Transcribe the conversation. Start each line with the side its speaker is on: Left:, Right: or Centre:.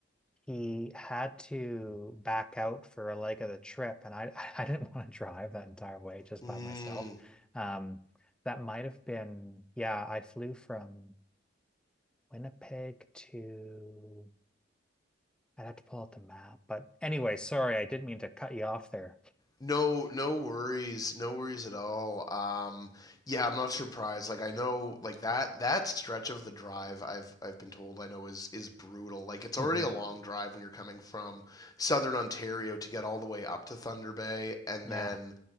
Centre: he had to back out for a leg of the trip, and I <laughs> I didn't want to drive that entire way just
Left: mm,
Centre: by myself. Um, that might have been yeah. I flew from Winnipeg to I'd have to pull out the map, but anyway, sorry, I didn't mean to cut you off there.
Left: No, no worries, no worries at all. Um, yeah, I'm not surprised. Like I know, like that that stretch of the drive, I've I've been told I know is is brutal. Like it's
Centre: Mhm.
Left: already a long drive when you're coming from southern Ontario to get all the way up to Thunder Bay, and
Centre: Yeah,
Left: then